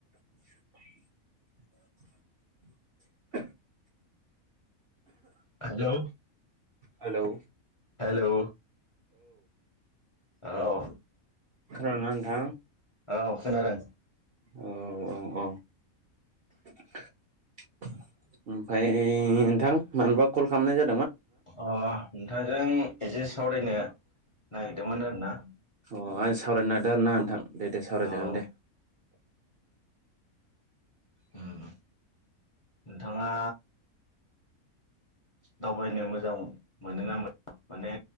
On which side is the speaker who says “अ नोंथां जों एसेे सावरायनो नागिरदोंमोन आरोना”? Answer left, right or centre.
Left